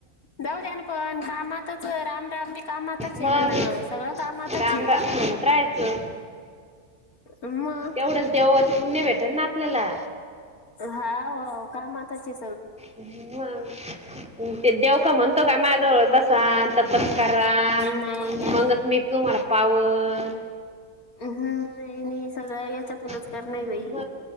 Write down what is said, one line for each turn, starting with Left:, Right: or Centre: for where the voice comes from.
Left: जाऊ द्या ना पण कामातच राम. दी कामातच आहे
Centre: मग
Left: ना सगळं कामातच
Centre: राम
Left: आहे.
Centre: राम म्हणत राहायचं
Left: मग
Centre: तेवढंच देवाच पुण्य भेटल ना आपल्याला.
Left: हाव कामताचे.
Centre: मग ते दव. म्हणतो काय माझ्या जवळ जसा तपत्कार मगच
Left: नाही नाही
Centre: मी तुम्हाला पाव. बन.
Left: म्म नाही नाही सगळं याच्यातूनच.
Centre: म
Left: करणार बाई